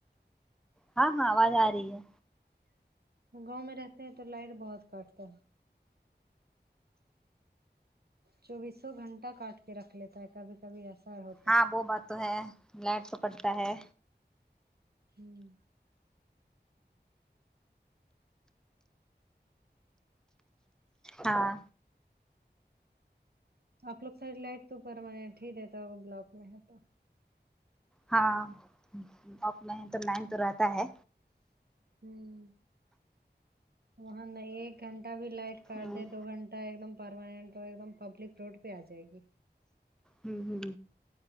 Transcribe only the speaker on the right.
گاؤں میں رہتے ہیں تو لائٹ بہت کاٹتا ہے چوبیسوں گھنٹہ کاٹ کے رکھ لیتا ہے کبھی کبھی ایسا ہو
ہوں
آپ لوگ سائ لائٹ تو کرواے تھے بتاؤ بلاک میں ہے تو
ہوں ورنہ لہیں ایک گھنٹہ بھی لائٹ کاٹ
دے دو گھن تو ایک دم پرمیننٹ <unintelligible>